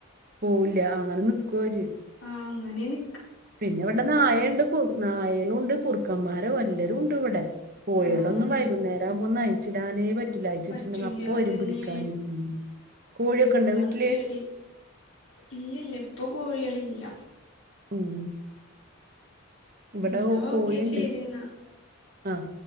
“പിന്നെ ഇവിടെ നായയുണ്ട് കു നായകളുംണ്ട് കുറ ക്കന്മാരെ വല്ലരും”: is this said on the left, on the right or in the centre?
Right